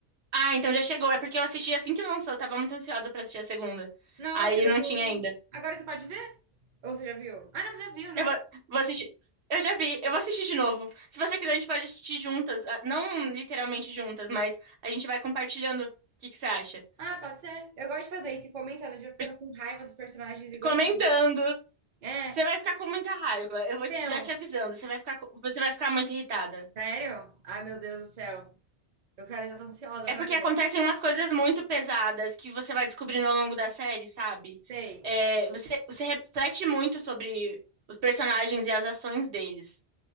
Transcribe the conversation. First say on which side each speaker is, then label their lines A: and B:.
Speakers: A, on the right; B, on the right.
A: Ah, então já chegou. É porque eu assisti assim que lançou. Eu tava muito ansiosa pra assistir a segunda.
B: Nossa,
A: Aí
B: eu
A: não
B: vou.
A: tinha ainda.
B: Agora você pode ver? Ou você já viu? Ah, não, você já viu, né?
A: Eu vou, vou assistir. Eu já vi. Eu vou assistir de novo. Se você quiser, a gente pode assistir juntas. Ah, Não literalmente juntas, mas a gente vai compartilhando o que que você acha.
B: Ah, pode ser. Eu gosto de fazer isso, ir comentando, já ficando
A: Porque-
B: com raiva dos personagens iguais.
A: Comentando.
B: É,
A: Você vai ficar com muita raiva. Eu vou
B: meu.
A: já te avisando. Você vai ficar, com- você vai ficar muito irritada.
B: Sério? Ai, meu Deus do céu. Eu, cara, já tô ansiosa
A: É
B: pra
A: porque
B: ver.
A: acontecem umas coisas muito pesadas que você vai descobrindo ao longo da série, sabe?
B: Sei.
A: É, você, você reflete muito sobre os personagens e as ações deles.